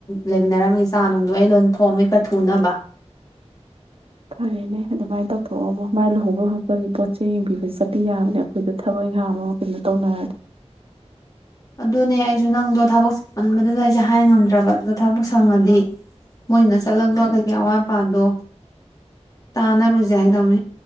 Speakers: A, on the left (about 30°); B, on the right (about 55°).
A: ꯂꯩꯃꯤꯟꯅꯔꯝꯃꯤꯒꯦ ꯆꯥ ꯅꯨꯡꯗꯣ ꯑꯩ ꯂꯣꯏ ꯊꯣꯡꯑꯝꯃꯒꯦ ꯊꯨꯅꯕ
B: ꯐꯔꯦꯅꯦ ꯑꯗꯨꯃꯥꯏꯅ ꯇꯧꯊꯣꯛ ꯑꯝꯃꯣ ꯃꯥꯏ ꯂꯨꯍꯣꯡꯕꯩ ꯈꯣꯠꯄꯒꯤ ꯄꯣꯠꯆꯩ ꯌꯦꯡꯕꯤꯕ ꯆꯠꯄꯤ ꯌꯥꯕꯅꯦ ꯑꯩꯈꯣꯏꯗ ꯊꯕꯛ ꯏꯪꯈꯥꯡ ꯑꯃ ꯀꯩꯅꯣ ꯇꯧꯅꯔꯗꯤ
A: ꯑꯗꯨꯅꯦ ꯑꯩꯖꯨ ꯅꯪꯗꯣ ꯊꯕꯛ ꯆꯤꯟꯃꯟꯕꯗꯨꯗ ꯑꯩꯁꯦꯉ ꯍꯥꯏ ꯉꯝꯗ꯭ꯔꯕ ꯑꯗꯨꯗꯣ ꯊꯕꯛ ꯁꯪꯉꯗꯤ ꯃꯣꯏꯅ ꯆꯠꯂꯒ ꯀꯩꯀꯩ ꯑꯋꯥꯠ ꯑꯄꯥꯗꯣ ꯇꯥꯟꯅꯔꯨꯁꯦ ꯍꯥꯏꯒꯗꯅꯤ